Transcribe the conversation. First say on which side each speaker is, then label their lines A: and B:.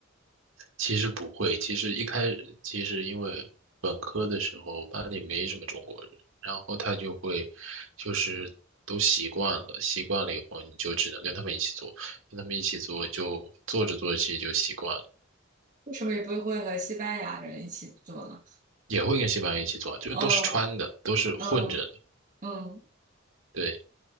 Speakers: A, on the right; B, on the right.
A: 其实不会，其实一开始其实因为本科的时候班里没什么中国人，然后他就会就是都习惯了，习惯了以后你就只能跟他们一起做，跟他们一起做就做着做着其实就习惯了，
B: 为什么也不会和西班牙人一起做呢？
A: 也会跟西班牙一起做，就是都是穿的，
B: 哦，
A: 都是混着的，
B: 嗯嗯，
A: 对